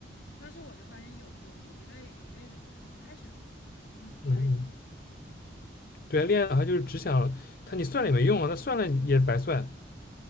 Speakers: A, on the left; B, on the left.
A: 但是我就发现有有有一类有一类人，我就不太喜欢给他们算，就那种恋爱。
B: 嗯嗯，对啊，恋爱脑他就是只想他你算了也没用啊，那算了也白算。